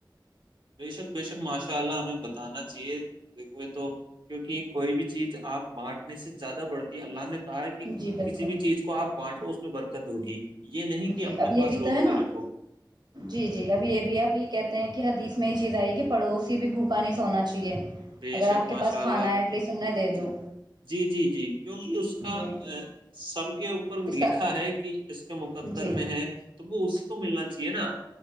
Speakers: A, on the right (about 80°); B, on the right (about 60°).
A: بےشک بےشک ماشاء اللہ ہمیں بتانا چاہیے دیکھوئے تو کیونکہ کوئی بھی چیز آپ بانٹنے سے زیادہ بڑھتی ہے اللہ نے ہے کہ
B: جی بالکل
A: کسی بھی چیز کو آپ بانٹو اس میں برکت ہوگی یہ نہیں کہ
B: جی
A: اپنے
B: اب یہ
A: پاس
B: بھی
A: روک
B: تو ہے
A: کے
B: نا
A: رکھو
B: جی جی اب یہ بھی آپ یہ کہتے ہیں کہ حدیث میں اس میں یہ چیز آئی کہ پڑوسی بھی بھوکا نہیں سونا چاہیے
A: بے
B: اگر
A: شک
B: آپ
A: ماشاء
B: کے پاس کھانا
A: اللہ
B: ہے ایٹ لیسٹ انہیں دے
A: جی
B: دو
A: جی جی جی کیوں اس کا
B: جی
A: سب کے اوپر
B: اس
A: لکھا
B: کا
A: ہے کہ اس کے مقدر
B: جی
A: میں ہے تو وہ اس کی کو ملنا چاہیے نا